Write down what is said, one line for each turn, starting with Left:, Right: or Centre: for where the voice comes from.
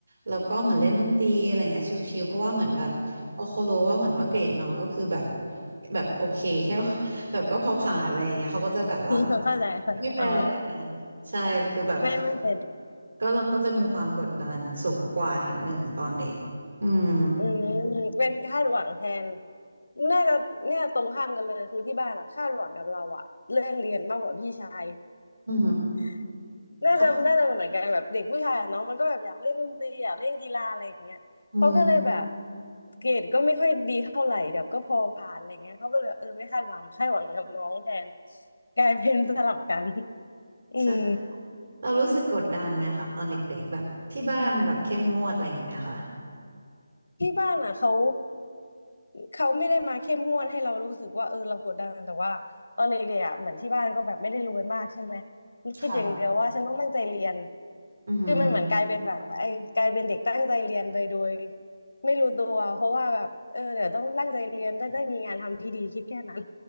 Right: แล้วก็เหมือนเล่นดนตรีอะไรเงี้ยชิลๆเพราะว่าเหมือนแบบพอเขารู้ว่าเหมือนว่าเกรดน้องก็คือแบบแบบโอเคแค่ <laughs> แบบก็พอผ่านอะไรอย่างเงี้ยเขาก็จะแบบว่า
Left: <laughs> เข้าใจเข้าใจอ๋อ
Right: ไม่เป็นอะไรกันนะคะใช่คือแบบ
Left: ไม่ไม่เป็น
Right: ก็เราก็จะมีความกดดันสูงกว่านิดหนึ่งตอนเด็กอืม
Left: อืมเป็นคาดหวังแทนน่าจะเนี่ยตรงข้ามกันเลยคือที่บ้านอะคาดหวังกับเราอะเรื่องเรียนมากกว่าพี่ชาย
Right: อืม
Left: <laughs> น่าจะน่าจะเหมือนกันแบบเด็กผู้ชายอะเนาะมันก็แบบอยากเล่นดนตรีอยากเล่นกีฬาอะไรอย่างเงี้ยเขาก็เลยแบบ
Right: เพราะอืม
Left: เกรดก็ไม่ค่อยดีเท่าไหร่แบบก็พอผ่านอะไรเงี้ยเขาก็เลยเออไม่คาดหวังคาดหวังกับน้องแทนกลายเป็นสลับกันอืม
Right: ใช่เรารู้สึกกดดันไหมคะตอนเด็กๆแบบที่บ้านแบบเข้มงวดอะไรอย่างงี้ไหมคะ
Left: ที่บ้านอ่ะเขาเขาไม่ได้มาเข้มงวดให้เรารู้สึกว่าเออเรากดดันแต่ว่าตอนเด็กๆอ่ะเหมือนที่บ้านก็แบบไม่ได้รวยมากใช่ไหม
Right: ค่ะ
Left: คิดอย่างเดียวว่าฉันต้องตั้งใจเรียน
Right: อือหือ
Left: คือมันเหมือนกลายเป็นแบบไอ้กลายเป็นเด็กตั้งใจเรียนไปโดยไม่รู้ตัวเพราะว่าแบบเออเดี๋ยวต้องตั้งใจเรียนได้ได้มีงานทำที่ดีคิดแค่นั้น